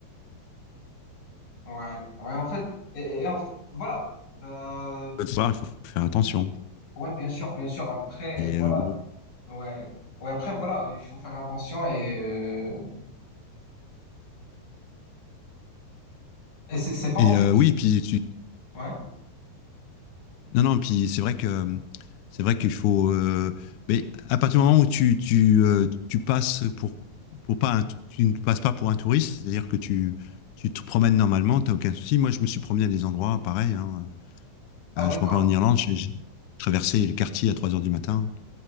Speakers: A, on the left; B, on the left.
A: Ouais, ouais, en fait, et, et en fait, voilà, ben,
B: le soir, il faut faire attention.
A: ouais, bien sûr, bien sûr, après,
B: Et
A: voilà,
B: euh, bon.
A: ouais, ouais, après, voilà, il faut faire attention, et, euh, et c'est c'est pas, en
B: Et
A: fait,
B: euh, oui, puis tu,
A: ouais,
B: Non, non, puis c'est vrai que c'est vrai qu'il faut. euh, mais à partir du moment où tu, tu, euh, tu passes pour, pour pas un- tu ne passes pas pour un touriste, c'est-à-dire que tu, tu te promènes normalement, t'as aucun souci. Moi, je me suis promené à des endroits pareils. hein.
A: ah,
B: Euh,
A: d'accord.
B: je m'en parle en Irlande, j'ai j'ai traversé le quartier à 3 heures du matin.